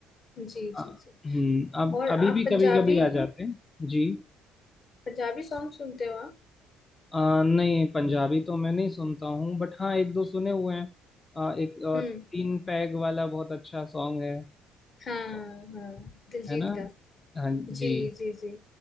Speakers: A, on the left (about 40°); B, on the left (about 20°).
A: जी जी
B: अ,
A: जी
B: हम्म अब
A: और
B: अभी
A: आप
B: भी
A: पंजाबी
B: कभी कभी आ जाते हैं जी
A: पंजाबी सॉन्ग सुनते हो आप
B: अ, नहीं पंजाबी तो मैं नहीं सुनता हूँ बट हाँ एक दो सुने हुए हैं अ, एक अ,
A: हम्म
B: तीन पैग वाला बहुत अच्छा सॉन्ग है
A: हाँ हाँ दिलजीत
B: है ना
A: का
B: हाँ
A: जी
B: जी
A: जी जी